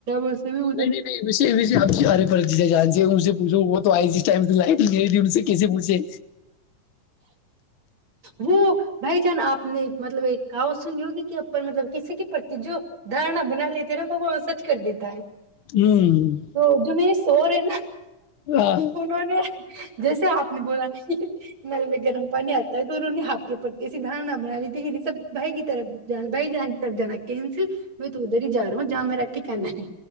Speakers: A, on the right (about 40°); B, on the left (about 80°).
A: موسم ہے ادھر
B: نہیں نہیں نہیں وے وے آب کی آ رہے <unintelligible> جسے جان سے سے پوچھو وہ تو آئے جس ٹائم لائ گری ت ان سے کیسے پوچھے
A: وہ بھائی جان آپ نے مطلب ایک کہاوت سنی ہو گی کے اوپر مطلب کسی کے پرتی جو دھارنا بنا لیتے ہیں نا وہ سچ کر دیتا ہے
B: ہوں
A: تو جو میرے سور ہے نا
B: ہاں
A: انہوں نے <unintelligible> جیسے آپ نے بولا نا کہ نل میں گرم پانی آتا ہے تو انہوں نے آپ کے اوپر کیسی دارنا بنا لی تھی کہ سب بھائی کی طرف بھائی ج کی طرف جانا کینسل میں تو ادھر ہی جا رہا ہوں جہاں میرا ھکانا ہے